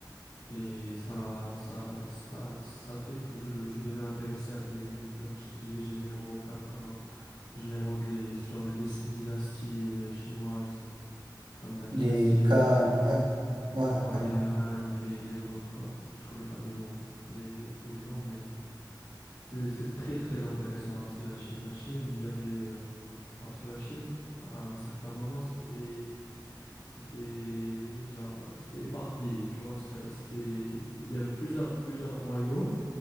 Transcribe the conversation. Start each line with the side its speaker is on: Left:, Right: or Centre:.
Left: et ça, ça, ça, ça fait que je, je deviens intéressé à des, comme je t'ai dit, des généraux, comme par exemple, généraux des, sur les dys- dynasties euh, chinoises comme la dynastie
Right: Les cannes,
Left: Han,
Right: ouais, ouais,
Left: ouais,
Right: ouais,
Left: les Han, les, les autres, euh, je connais pas les noms, les, les- tous les noms, mais c'est c'est très très intéressant aussi la Chine. La Chine, il y avait, euh, ah, parce que la Chine, à un certain moment, c'était c'était genre euh, c'était éparpillé, tu vois, s'il y avait- c'était il y avait plusieurs plusieurs royaumes